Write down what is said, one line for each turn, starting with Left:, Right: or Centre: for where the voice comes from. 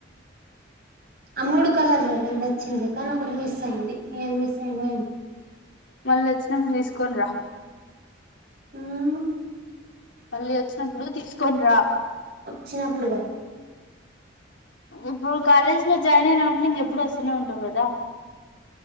Right: ఆ మూడు కలర్లు నేను వచ్చింది కానీ ఒకటి మిస్ అయింది నది మిస్ అయిందో ఏం
Left: మళ్ళీ వచ్చినప్పుడు తీసుకోని రా
Right: మ్మ్
Left: మళ్ళీ వచ్చినప్పుడు తీసుకోని రా
Right: వచ్చినప్పుడు కదా
Left: ఇప్పుడు కాలేజ్ లో జాయిన్ అయినా ఉంటే ఇంకెప్పుడు వస్తూనే ఉంటవు కదా